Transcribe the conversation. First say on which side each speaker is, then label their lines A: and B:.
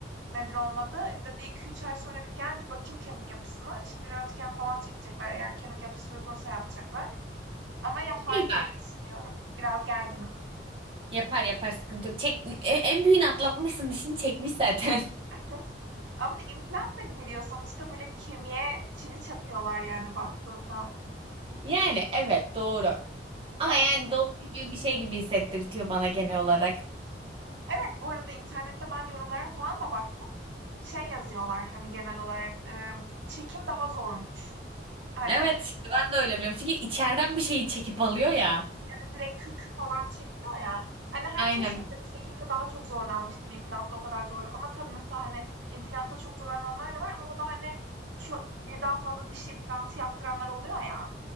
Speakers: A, on the right; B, on the right.
A: nedir onun adı? Dedi 2-3 ay sonra bir gel bir bakayım kemik yapısına. Şimdi röntgen falan çekecekler. Eğer kemik yapısı uygunsa yapacaklar. Ama yapar
B: İyi
A: diye
B: bari.
A: düşünüyorum. Biraz gerginim.
B: Yapar yapar sıkıntı yok. Çek, e, en büyüğünü atlatmışsın dişini çekmiş zaten. <laughs>
A: <laughs> Ama implant da giriyor. Sonuçta böyle kemiğe çivi çakıyorlar yani baktığında.
B: Yani evet doğru. Ama
A: Evet,
B: yani doğru gibi bir şey gibi hissettirtiyor bana genel olarak.
A: evet bu arada internette ben yorumlara falan da baktım. Şey yazıyorlar hani genel olarak ımm, çekim daha zormuş. Hani,
B: Evet işte ben de öyle biliyorum. Çünkü içeriden bir şeyi çekip alıyor ya.
A: evet, direkt kökü falan çekiyor ya. Hani herkes
B: Aynen.
A: şey "Çekimde daha çok zorlanmıştım, implantta o kadar zorla" ama tabii mesela, hani, implantta çok zorlananlar da var ama o da, hani, ço birden fazla diş implantı yaptıranlar oluyor ya.